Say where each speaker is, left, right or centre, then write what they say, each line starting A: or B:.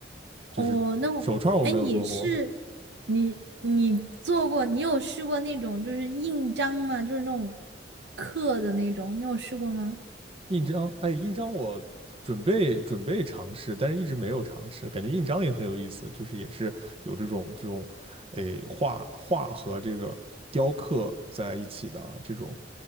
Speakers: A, on the right; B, on the right.
A: 就是手串儿我没有做过，
B: 哦，那我，哎，你是你你做过，你有试过那种就是印章吗？就是那种刻的那种，你有试过吗？
A: 印章，哎，印章我准备准备尝试，但是一直没有尝试。感觉印章也很有意思，就是也是有这种这种，哎，画画和这个雕刻在一起的啊，这种